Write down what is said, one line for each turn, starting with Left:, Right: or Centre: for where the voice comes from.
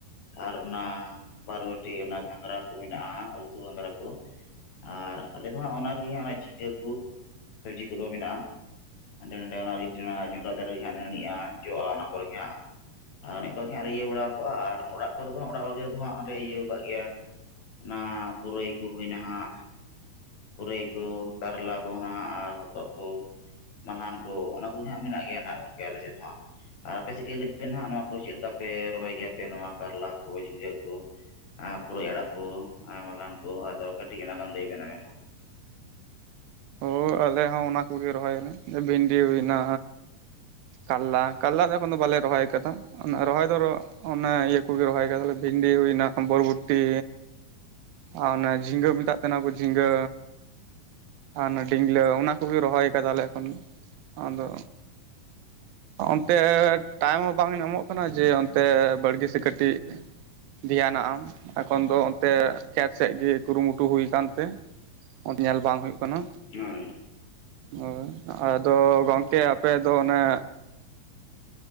Left: ᱟᱨ ᱚᱱᱟ ᱵᱟᱨ ᱵᱚᱴᱤ ᱚᱱᱟ ᱜᱷᱟᱸᱜᱨᱟ ᱠᱚ ᱦᱮᱱᱟᱜᱼᱟ ᱩᱛᱩ ᱜᱷᱟᱸᱜᱨᱟ ᱠᱚ ᱾ ᱟᱨ ᱟᱞᱮ ᱫᱚ ᱦᱟᱸᱜ ᱚᱱᱟ ᱨᱮᱜᱮ ᱚᱱᱮ ᱡᱷᱤᱸᱜᱟᱹ ᱠᱚ ᱥᱚᱵᱽᱡᱤ ᱠᱚᱫᱚ ᱢᱮᱱᱟᱜᱼᱟ᱾ ᱦᱟᱸᱰᱮ ᱱᱟᱰᱮ ᱚᱱᱟ ᱡᱚᱱᱟ ᱡᱚᱸᱰᱨᱟ ᱫᱟᱨᱮ ᱨᱮ ᱦᱟᱸᱜ ᱱᱟᱹᱲᱤᱜᱼᱟ ᱡᱚᱜᱼᱟ ᱚᱱᱟ ᱠᱚᱨᱮ ᱜᱮ ᱦᱟᱸᱜ᱾ ᱟᱨ ᱱᱚᱝᱠᱟ ᱜᱮ ᱦᱟᱸᱜ ᱤᱭᱟᱹ ᱵᱟᱲᱟ ᱠᱟᱜᱼᱟ ᱟᱨ ᱚᱲᱟᱜ ᱠᱚᱨᱮ ᱫᱚ ᱚᱲᱟᱜ ᱠᱚ ᱜᱮ ᱨᱮ ᱫᱚ ᱦᱟᱸᱜ ᱚᱸᱰᱮᱭ ᱤᱭᱟᱹᱭ ᱠᱟᱜ ᱜᱮᱭᱟ ᱚᱱᱟ ᱯᱩᱨᱟᱹᱭ ᱠᱚ ᱦᱩᱭ ᱱᱟᱦᱟᱜ᱾ ᱯᱩᱨᱟᱹᱭ ᱠᱚ ᱠᱟᱨᱞᱟ ᱠᱚ ᱱᱟᱦᱟᱜ ᱟᱨ ᱦᱚᱛᱚᱫ ᱠᱚ᱾ ᱢᱟᱞᱦᱟᱱ ᱠᱚ ᱚᱱᱟ ᱠᱚᱜᱮ ᱦᱟᱸᱜ ᱢᱮᱱᱟᱜ ᱜᱮᱭᱟ ᱱᱟᱜ ᱜᱚᱝᱠᱮ ᱟᱞᱮᱥᱮᱫ ᱦᱚᱸᱜ ᱾ ᱟᱨ ᱟᱯᱮ ᱥᱮᱫ ᱜᱮ ᱞᱟᱹᱭ ᱯᱮ ᱱᱟᱦᱟᱜ ᱱᱚᱣᱟ ᱠᱚ ᱪᱮᱫ ᱞᱮᱠᱟᱯᱮ ᱨᱚᱦᱚᱭ ᱜᱮᱭᱟ ᱯᱮ ᱱᱚᱣᱟ ᱠᱟᱨᱞᱟ ᱠᱚ, ᱡᱷᱤᱸᱜᱟᱹ ᱠᱚ, ᱟᱸ ᱯᱩᱨᱟᱹᱭ ᱟᱲᱟᱜ ᱠᱚ ᱟᱨ ᱢᱟᱞᱦᱟᱱ ᱠᱚ ᱟᱫᱚ ᱠᱟᱹᱴᱤᱡ ᱚᱱᱟ ᱜᱟᱱ ᱞᱟᱹᱭ ᱵᱮᱱ ᱟᱵᱮᱱ ᱦᱚ?
Right: ᱦᱚ ᱟᱞᱮ ᱦᱚᱸ ᱚᱱᱟ ᱠᱚᱜᱮ ᱨᱚᱦᱚᱭᱟᱞᱮ ᱵᱷᱤᱱᱰᱤ ᱦᱩᱭ ᱮᱱᱟ ᱠᱟᱞᱞᱟ ᱠᱟᱞᱞᱟ ᱫᱚ ᱮᱠᱷᱚᱱ ᱫᱚ ᱵᱟᱞᱮ ᱨᱚᱦᱚᱭ ᱟᱠᱟᱫᱟ᱾ ᱚᱱᱟ ᱨᱚᱦᱚᱭ ᱫᱚ ᱨᱚ ᱚᱱᱮ ᱤᱭᱟᱹ ᱠᱚᱜᱮ ᱨᱚᱦᱚᱭ ᱠᱟᱫᱟᱞᱮ ᱵᱷᱤᱱᱰᱤ ᱦᱩᱭᱱᱟ ᱟᱢᱵᱚᱨᱵᱴᱤ, ᱟ ᱚᱱᱮ ᱡᱷᱤᱸᱜᱟᱹ ᱢᱮᱛᱟᱜ ᱠᱟᱱᱟ ᱠᱚ ᱡᱷᱤᱸᱜᱟᱹ ᱟ ᱚᱱᱮ ᱰᱤᱝᱜᱞᱟᱹ ᱚᱱᱟ ᱠᱚᱜᱮ ᱨᱚᱦᱚᱭ ᱠᱟᱫᱟᱞᱮ ᱮᱠᱷᱚᱱ ᱫᱚ ᱾ ᱟᱫᱚ ᱚᱱᱛᱮ ᱴᱟᱭᱤᱢ ᱦᱚᱸ ᱵᱟᱝ ᱧᱟᱢᱚᱜ ᱠᱟᱱᱟ ᱡᱮ ᱚᱱᱛᱮ ᱵᱟᱲᱜᱮ ᱥᱮᱫ ᱠᱟᱹᱴᱤᱡ ᱫᱷᱮᱭᱟᱱᱟᱜ ᱟᱢ ᱮᱠᱷᱚᱱ ᱫᱚ ᱚᱱᱛᱮ ᱠᱷᱮᱛ ᱥᱮᱫ ᱜᱮ ᱠᱩᱨᱩᱢᱩᱴᱩ ᱦᱩᱭ ᱟᱠᱟᱱ ᱛᱮ <inaudible> ᱧᱮᱞ ᱵᱟᱝ ᱦᱩᱭᱩᱜ ᱠᱟᱱᱟ᱾
Left: ᱦᱳᱭ ᱾
Right: ᱦᱳᱭ, ᱟᱫᱚ ᱜᱚᱝᱠᱮ ᱟᱯᱮ ᱫᱚ ᱚᱱᱮ